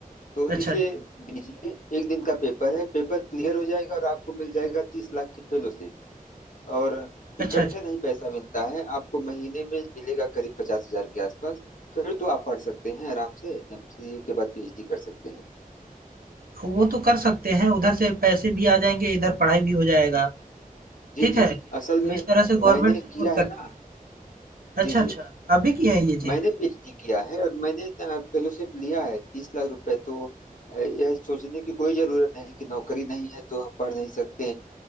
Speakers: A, on the left; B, on the right.
A: तो
B: अच्छा
A: इसे
B: अच्छा
A: दीजिए एक दिन का पेपर है पेपर क्लियर हो जाएगा और आपको मिल जाएगा तीस लाख की फेलोशिप और इकट्ठे
B: अच्छा अच्छा
A: नहीं पैसा मिलता है आपको महीने में मिलेगा करीब पचास हजार के आसपास फिर तो आप पढ़ सकते हैं आराम से एमसीए के बाद पीएचडी कर सकते हैं
B: तो वो तो कर सकते हैं, उधर से पैसे भी आ जाएँगे, इधर पढ़ाई भी हो जाएगा,
A: जी
B: ठीक
A: जी
B: है?
A: असल
B: तो
A: में
B: इस तरह से गवर्नमेंट
A: मैंने
B: सपोर्ट
A: किया
B: करती
A: है ना
B: है। अच्छा,
A: जी
B: अच्छा,
A: जी
B: आप भी किए हैं ये
A: मैंने
B: चीज़?
A: पीएचडी किया है और मैंने फेलोशिप लिया है तीस लाख रुपए तो अ, यह सोचने की कोई जरूरत नहीं कि नौकरी नहीं है तो हम पढ़ नहीं सकते हैं।